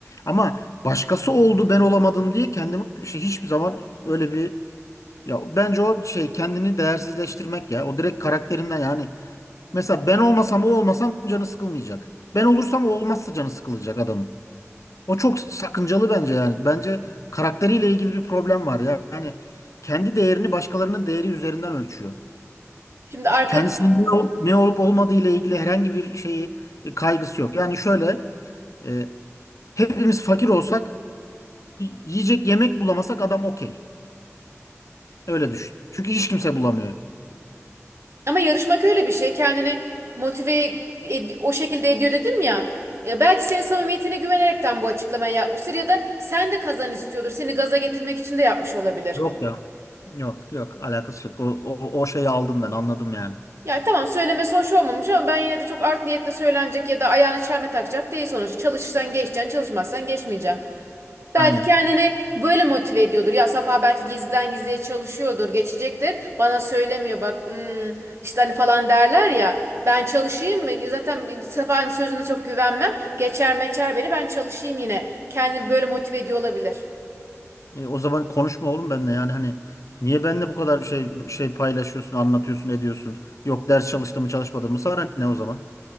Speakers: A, on the left (about 80°); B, on the right (about 55°).
A: Ama başkası oldu ben olamadım diye kendimi şey, hiçbir zaman öyle bir ya bence o şey kendini değersizleştirmek ya. O direkt karakterinden yani Mesela ben olmasam o olmasam canı sıkılmayacak. Ben olursam o olmazsa canı sıkılacak adamın. O çok sakıncalı bence yani. Bence karakteriyle ilgili bir problem var ya. Yani kendi değerini başkalarının değeri üzerinden ölçüyor.
B: Şimdi arka,
A: Kendisinin ne, ol- ne olup olmadığı ile ilgili herhangi bir şeyi e, kaygısı yok. Yani şöyle e, hepimiz fakir olsak y- yiyecek yemek bulamasak adam okey. Öyle düşün. Çünkü hiç kimse bulamıyor.
B: Ama yarışmak öyle bir şey. Kendini motive ed- o şekilde ediyor dedim ya. Ya belki senin samimiyetine güvenerekten bu açıklamayı yapmıştır ya da sen de kazan istiyordur. Seni gaza getirmek için de yapmış olabilir.
A: Yok ya. Yok yok alakası yok. O, o, o şeyi aldım ben anladım yani.
B: Ya tamam söylemesi hoş olmamış ama ben yine de çok art niyetle söylenecek ya da ayağını çelme takacak değil sonuçta. Çalışırsan geçeceksin, çalışmazsan geçmeyeceksin. Belki
A: Aynen.
B: kendini böyle motive ediyordur. Ya Safa belki gizliden gizliye çalışıyordur, geçecektir. Bana söylemiyor bak hmm, işte hani falan derler ya. Ben çalışayım mı? Zaten Safa'nın sözüne çok güvenmem. Geçer meçer beni ben çalışayım yine. Kendini böyle motive ediyor olabilir.
A: E, o zaman konuşma oğlum benimle yani hani niye benimle bu kadar şey şey paylaşıyorsun, anlatıyorsun, ediyorsun? Yok ders çalıştım mı çalışmadım mı sana ne o zaman?